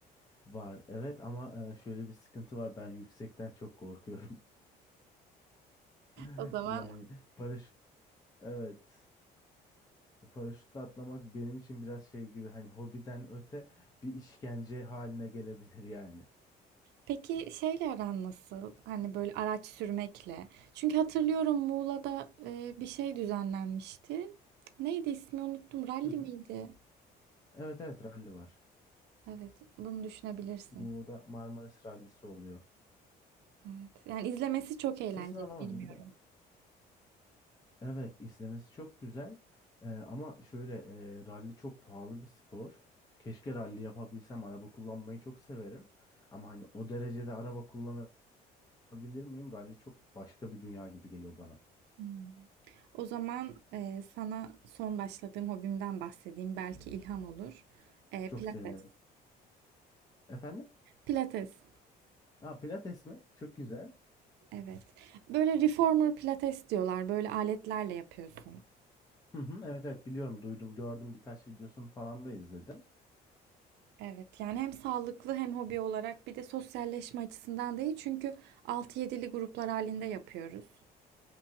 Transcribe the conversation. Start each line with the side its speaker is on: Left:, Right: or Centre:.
Left: Var evet ama e, şöyle bir sıkıntı var ben yüksekten çok korkuyorum. <laughs>
Right: O zaman
Left: Yani paraş evet paraşütle atlamak benim için biraz şey gibi hani hobiden öte bir işkence haline gelebilir yani.
Right: peki şeyle aran nasıl? Hani böyle araç sürmekle. Çünkü hatırlıyorum Muğla'da e, bir şey düzenlenmişti. Neydi ismi unuttum. Rally
Left: Hı hı.
Right: miydi?
Left: Evet evet ralli var.
Right: Evet, bunu düşünebilirsin.
Left: Muğla'da Marmaris rallisi oluyor.
Right: Evet. Yani izlemesi çok eğlenceli,
Left: Sesini alamadım
Right: bilmiyorum.
Left: bir de. Evet izlemesi çok güzel E, ama şöyle e, ralli çok pahalı bir spor. Keşke ralli yapabilsem araba kullanmayı çok severim. Ama hani o derecede araba kullanabilirim Bilir miyim? Rally çok başka bir dünya gibi geliyor bana.
Right: Hmm. O zaman e, sana son başladığım hobimden bahsedeyim. Belki ilham olur. E,
Left: Çok
Right: pilates.
Left: sevinirim. Efendim?
Right: Pilates.
Left: Ha, Pilates mi? Çok güzel.
Right: Evet. Böyle reformer pilates diyorlar. Böyle aletlerle yapıyorsun.
Left: Hı hı, evet evet biliyorum, duydum, gördüm birkaç videosunu falan da izledim.
Right: Evet. Yani hem sağlıklı hem hobi olarak bir de sosyalleşme açısından değil. Çünkü altı yedili gruplar halinde yapıyoruz.